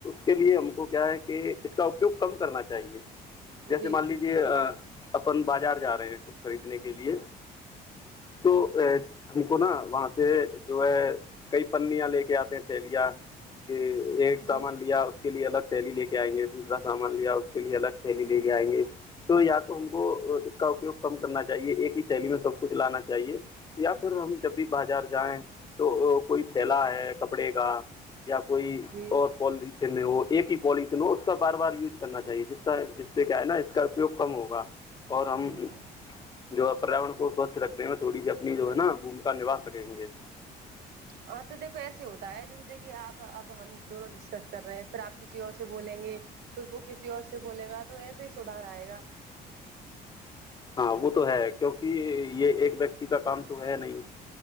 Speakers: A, on the left; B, on the right.
A: کے لیے ہم کو کیا ہے کہ اس کا اپیوگ کم کرنا چاہیے جیسے
B: جی جی
A: مان لیجیے اپن بازار جا رہے ہیں کچھ خریدنے کے لیے تو
B: جی
A: ا اھی کو نا وہاں سے جو ہے کئی پنیاں لے کے آتے ہیں تھیلیاں کہ ایک
B: جی
A: سامان لیا اس کے لیے الگ تھیلی لے کے آئیں گے دوسرا سامان لیا اس کے لیے الگ تھھیلی لیے جائیں گی تو یا تو ہم کو اس کا اپیوگ کم کرنا چاہیے ایک ہی شیلی میں سب کچھ لانا چاہیے یا پھر ہم جب بھی بازار جائیں تو کوئی تھیلا ہے کپڑے کا یا کوئی
B: جی
A: اور پالتن ہو ایک ہی پالیتن ہو اس کا بار بار یوج کرنا چاہیے جس ط جس پ سے کیا ہے نا اس کا اپیوگ کم ہوگا اور ہم
B: جی جی
A: جو پریاورن کو سوچھ رکھنے میں تھوڑی اپنی جو ہے نا بھومکا نوا سکیں گے
B: ہاں تو دیکھو ایسے ہوتا ہے جیسے دیکھیے آپ اب ہم دونوں ڈسکس کر رہے ہیں پھر آپ کسی اور سے بولیں گے پھر وہ کسی اور سے بولے گا تو ایسے ہی سدار آئے گا
A: ہاں وہ تو ہے کیونکہ یہ ایک ویکتی کا کام تو ہے نہیں